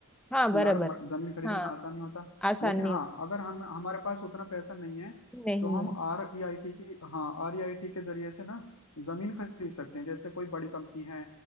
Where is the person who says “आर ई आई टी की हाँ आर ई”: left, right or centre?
Left